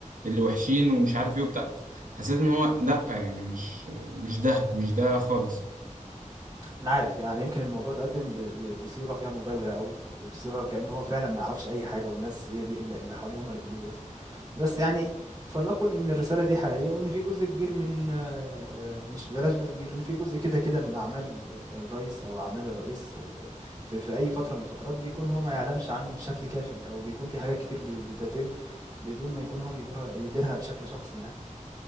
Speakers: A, on the right; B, on the right.
A: اللي وحشين ومش عارف ايه وبتاع حسيت ان هو لا يعني مش مش ده مش ده خالص
B: انا عارف يعني يمكن الموضوع اتقدم ب... ب... بصيغه فيها مبالغه قوي وبصيغه كانه هو فعلا ما يعرفش اي حاجه والناس هي دي اللي حواليه هم اللي بيديروا بس بس يعني فلنقل إن الرسالة دي حقيقية وإن في جزء كبير من آه، آه، مش بلاش جزء كبير إن في جزء كده كده من أعمال ال- الرئيس أو أعمال الرئيس ال- في, في أي فترة من الفترات بيكون هو ما يعلمش عنه بشكل كافي أو بيكون في حاجات كتير بي- بتتم بدون ما يكون هو بيديرها يديرها بشكل شخصي يعني